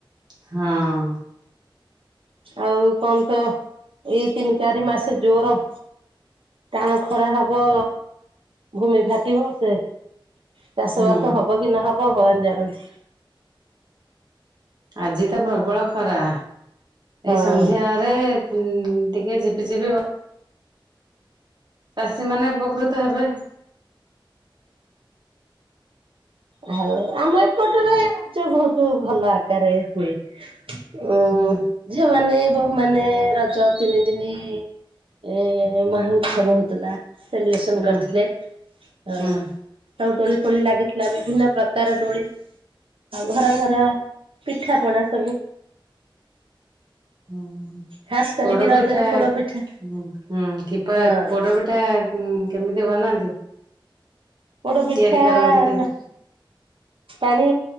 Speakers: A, on the right; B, on the right.
A: ହଁ।
B: ଆଉ କଣ ତ ଏଇ ତିନି ଚାରି ମାସେ ଜୋର ଟାଣ ଖରା ହବ। ଭୂମି ଫାଟିବ ସେ ଚାଷ
A: ହୁଁ
B: ବାସ ହବ କି ନହବ ଭଗବାନ ଜାଣନ୍ତି।
A: ଆଜି ତ ପ୍ରବଳ ଖରା
B: ହଁ
A: ଏଇ ସନ୍ଧ୍ୟା ରେ ହୁଁ ଟିକେ ଜିପି ଯିପି ବ ଚାଷୀ ମାନେ ଉପକୃତ ହେବେ।
B: ଆଉ ଆମ ଏପଟରେ ରଜ ବହୁତ ଭଲ ଆକାରରେ ହୁଏ। ଉ
A: ହୁଁ।
B: ଝିଅମାନେ ବୋହୂ ମାନ ରଜ ତିନି ଦିନି ଏ ମମି <unintelligible> ସେଲିବ୍ରେସନ
A: ହୁଁ
B: କରିଥିଲେ ଅ
A: ହୁଁ
B: ସଉ ଦୋଳି ଫୋଳି ଲାଗି ବିଭିନ୍ନ ପ୍ରକାର ଦୋଳି ଆଉ ଘର ଘର ପିଠାପଣା ସବୁ
A: ହୁଁ ହୁଁ
B: ଖାସ କରିକି
A: ପୋଡ଼
B: ରଜରେ
A: ପିଠା
B: ପୋଡ ପିଠା
A: ହୁଁ ହୁଁ କିପା
B: ହଁ
A: ପୋଡପି ତ କେମିତି ବନାନ୍ତି!
B: ପୋଡ଼ ପିଠା
A: ତିଆରି କରନ୍ତି କି ହୁଁ
B: ନ ପାଣି